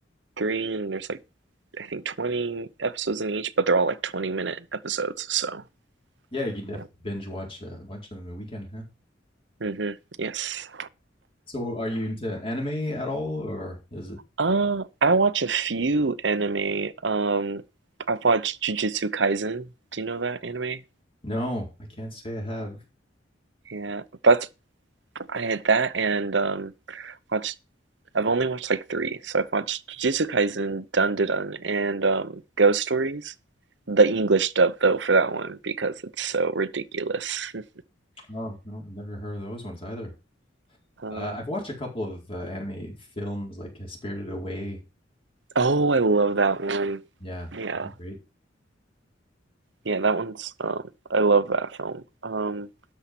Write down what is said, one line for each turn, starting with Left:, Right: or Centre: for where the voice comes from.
Right: three, and there's like I think 20 episodes in each, but they're all like 20 minute episodes. So
Left: Yeah, you can definitely
Right: yeah.
Left: binge watch uh, a bunch of them in the weekend, huh?
Right: Mm-hmm. Yes.
Left: So are you into anime at all or is it?
Right: Uh, I watch a few anime. Um, I've watched Jujutsu Kaisen. Do you know that anime?
Left: No, I can't say I have.
Right: Yeah, that's I had that and um watched. I've only watched like three, so I've watched Jujutsu Kaisen, Dandadan, and um Ghost Stories. The English dub though for that one because it's so ridiculous. <laughs>
Left: Oh, no, I've never heard of those ones either.
Right: Um,
Left: Uh, I've watched a couple of uh, anime films like uh, Spirited Away.
Right: oh, I love that one.
Left: Yeah,
Right: Yeah,
Left: great.
Right: yeah, that one's um, I love that film. Um.